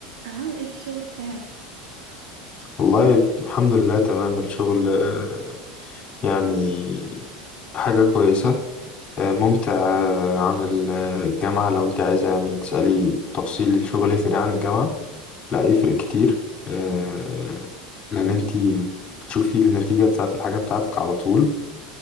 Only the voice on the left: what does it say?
والله الحمد لله تمام الشغل آه، يعني حاجة كويسة آه، ممتع آه، عن ال- الجامعة لو انت عايزة يعني تسألي تفصيل الشغل يفرق عن الجامعة لا يفرق كتير آه، لأن انت بتشوفي النتيجة بتاعة الحاجة بتاعتك على طول